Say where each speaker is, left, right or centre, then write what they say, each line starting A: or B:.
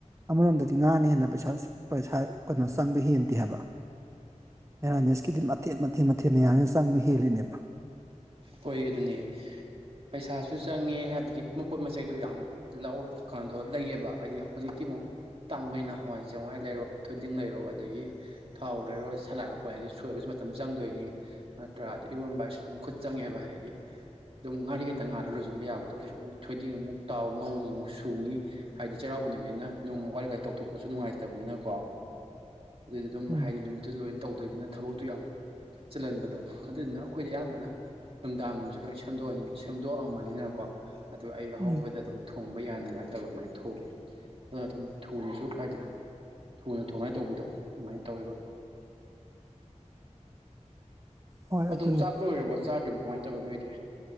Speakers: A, on the right (about 25°); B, on the right (about 50°).
A: ꯑꯃꯔꯣꯝꯗꯗꯤ ꯉꯥꯅ ꯍꯦꯟꯅ ꯄꯩꯁꯥ ꯄꯩꯁꯥ ꯀꯩꯅꯣ ꯆꯪꯕ ꯍꯦꯟꯗꯦ ꯍꯥꯏꯕ
B: <inaudible>
A: ꯃꯦꯔꯥꯃꯤꯁꯀꯤꯗꯤꯝ ꯑꯊꯦꯠ ꯃꯊꯦꯜ ꯃꯊꯦꯜ ꯃꯌꯥꯝꯁꯤꯅ ꯆꯪꯕ ꯍꯦꯜꯂꯤꯅꯦꯕꯥ
B: ꯍꯣꯏ ꯑꯗꯨꯅꯦ ꯄꯩꯁꯥꯁꯨ ꯆꯪꯉꯦ ꯍꯥꯏꯕꯗꯤ ꯃꯄꫭꯠ ꯃꯆꯩꯗꯣ ꯌꯥꯝ ꯂꯧꯋ <inaudible> ꯂꯩꯌꯦꯕ ꯍꯥꯏꯗꯤ ꯍꯧꯖꯤꯛꯇꯤ ꯑꯃꯨꯛ ꯇꯥꯡꯕꯩꯅ ꯍꯋꯥꯏ ꯆꯦꯡꯋꯥꯏ ꯂꯩꯔꯣ ꯊꯣꯏꯗꯤꯡ ꯂꯩꯔꯣ ꯑꯗꯥꯒꯤ ꯊꯥꯎ ꯂꯩꯔꯣꯏ ꯁꯟꯂꯛ ꯃꯄꫭꯠ ꯍꯥꯏꯗꯤ ꯁꯣꯏꯕꯁꯨ ꯃꯇꯝ ꯆꯪꯗꯣꯏꯅꯤ ꯅꯠꯇ꯭ꯔꯥ ꯑꯗꯩ ꯏꯔꯣꯟꯕ ꯍꯥꯏꯁꯨ ꯑꯗꯨꯝ ꯆꯪꯉꯦꯕ ꯍꯥꯏꯗꯤ ꯑꯗꯨꯝ ꯉꯥꯔꯤ ꯈꯛꯇꯪ ꯉꯥꯜꯂ ꯂꯣꯏꯁꯤꯟꯕ ꯌꯥꯕꯗꯨꯗꯥ ꯑꯃꯨꯛ ꯊꯣꯏꯗꯤꯡ ꯑꯃꯨꯛ ꯇꯥꯎ ꯉꯧꯅꯤ ꯑꯃꯨꯛ ꯁꯨꯅꯤ ꯍꯥꯏꯗꯤ ꯆꯩꯔꯥꯎꯕꯅꯤꯅ ꯅꯣꯡꯃ ꯋꯥꯔꯤ ꯀꯥꯏ ꯇꯧꯊꯣꯛꯄꯁꯨ ꯅꯨꯡꯉꯥꯏꯇꯕꯅꯤꯅꯀꯣ ꯑꯗꯨꯏꯗꯩꯗꯤ ꯑꯗꯨꯝ
A: ꯎꯝ
B: ꯍꯥꯏꯗꯤ ꯅꯨꯃꯤꯠꯇꯨꯗ ꯂꯣꯏ ꯇꯧꯗꯣꯏꯅꯤꯅ ꯊꯕꯛꯇꯨ ꯌꯥꯝ ꯆꯜꯍꯟꯕꯗꯣ ꯑꯗꯨꯗꯨꯅ ꯑꯩꯈꯣꯏꯗ ꯑꯌꯥꯝꯕꯅ ꯅꯨꯡꯗꯥꯡ ꯅꯨꯡꯁꯨ ꯂꯣꯏ ꯁꯦꯝꯗꯣꯛꯑꯅꯤꯅ ꯁꯦꯝꯗꯣꯛꯑꯝꯕꯅꯤꯅꯀꯣ ꯑꯗꯨ ꯋꯍꯧꯕꯗꯥ
A: ꯎꯝ
B: ꯑꯗꯨꯝ ꯊꯣꯡꯕ ꯌꯥꯅꯉꯥꯏ ꯇꯧꯋ ꯑꯗꯨꯃꯥꯏꯅ ꯊꯣꯡꯉꯦ ꯑꯗꯨꯅ ꯑꯗꯨꯝ ꯊꯨꯅꯁꯨ ꯍꯥꯏꯗꯤ ꯊꯨꯅ ꯊꯣꯡꯅꯥꯏ ꯇꯧꯕꯤꯗꯣ ꯑꯗꯨꯃꯥꯏꯅ ꯇꯧꯋꯦꯕ
A: ꯍꯣꯏ
B: ꯑꯗꯣ
A: ꯑꯗꯨꯅꯤ
B: ꯆꯥꯛ ꯂꯣꯏꯔꯕꯣ ꯆꯥꯗ꯭ꯔꯤꯕꯣ ꯀꯃꯥꯏꯅ ꯇꯧꯋꯤ ꯅꯣꯏꯗꯤ